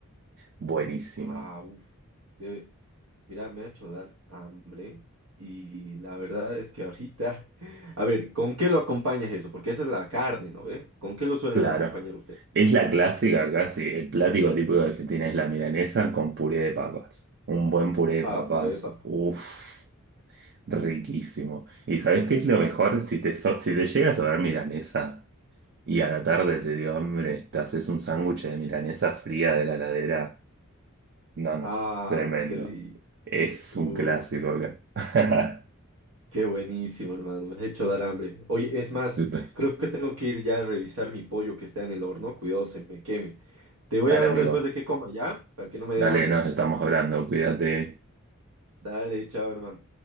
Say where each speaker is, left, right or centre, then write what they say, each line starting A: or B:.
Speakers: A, on the right; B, on the right.
A: buenísima.
B: Ah, uff. Debe... Mira, me ha hecho dar hambre. Y la verdad es que ahorita. <laughs> A ver, ¿con qué lo acompañas eso? Porque esa es la carne, ¿no ve? ¿Con qué lo suelen
A: Claro.
B: acompañar usted?
A: Es la clásica casi. El plático típico de Argentina es la milanesa con puré de papas. Un buen puré de papas.
B: Ah, puré de papa.
A: Uf, riquísimo. ¿Y sabés qué es lo mejor? Si te, so- si te llega a sobrar milanesa. Y a la tarde te dio hambre, te haces un sándwich de milanesa fría de la heladera. No, no,
B: Ah,
A: tremendo.
B: qué rico.
A: Es
B: Uh,
A: un clásico acá. <laughs>
B: Qué buenísimo, hermano. Me has hecho dar hambre. Oye, es más,
A: ¿Viste?
B: creo que tengo que ir ya a revisar mi pollo que está en el horno. Cuidado, se me queme. Te voy
A: Dale,
B: a hablar
A: amigo.
B: después de que coma, ¿ya? Para que no me
A: Dale,
B: dé hambre.
A: nos estamos hablando. Cuídate.
B: Dale, chao, hermano.